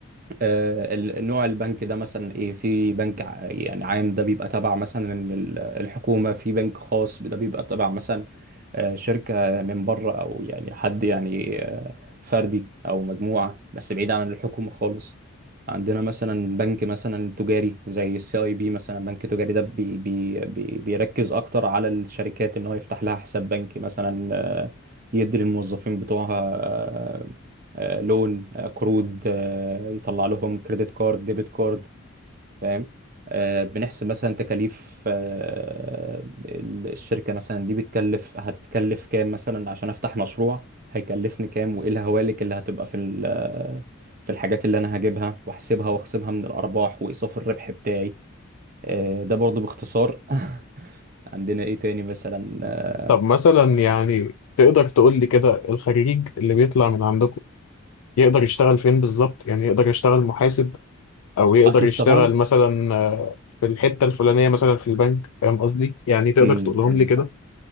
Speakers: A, on the right (about 40°); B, on the left (about 75°).
A: آه، ال- نوع البنك ده مثلا ايه في بنك ع- يعني عام ده بيبقى تبع مثلا ال- الحكومة في بنك خاص ده بيبقى تبع مثلا آه، شركة من بره او يعني حد يعني آه، فردي او مجموعة بس بعيد عن الحكومة خالص عندنا مثلا بنك مثلا تجاري زي السي اي بي مثلا بنك تجاري ده بي بي بي بيركز اكتر على الشركات ان هو يفتح لها حساب بنكي مثلا آه، يدي للموظفين بتوعها آه، آه، لون آه، قروض آه، يطلع لهم كريدت كارد ديبت كارد فاهم آه، بنحسب مثلا تكاليف آه، ال- الشركة مثلا دي بتكلف هتتكلف كام مثلا عشان افتح مشروع هيكلفني كام وايه الهوالك اللي هتبقى في ال- آه، في الحاجات اللي انا هجيبها واحسبها واخصمها من الارباح وايصاف الربح بتاعي آه، ده برضو باختصار <laughs> عندنا ايه تاني مثلا آه،
B: طب مثلا يعني تقدر تقول لي كده الخريج اللي بيطلع من عندكم يقدر يشتغل فين بالظبط يعني يقدر يشتغل محاسب او يقدر
A: اكيد
B: يشتغل
A: طبعا
B: مثلا آه، في الحتة الفلانية مثلا في البنك فاهم قصدي يعني تقدر
A: امم
B: تقولهم
A: ايوه
B: لي كده